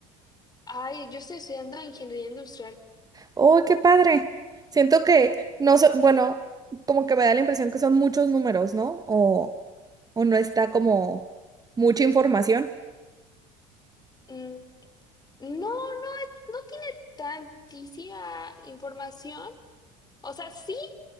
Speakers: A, on the left; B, on the right.
A: Ay, yo estoy estudiando ingeniería industrial.
B: Oh, qué padre. Siento que no so- bueno, como que me da la impresión que son muchos números, ¿no? O, o no está como mucha información.
A: Mm, No, no, es- no tiene tantísima información. O sea, sí,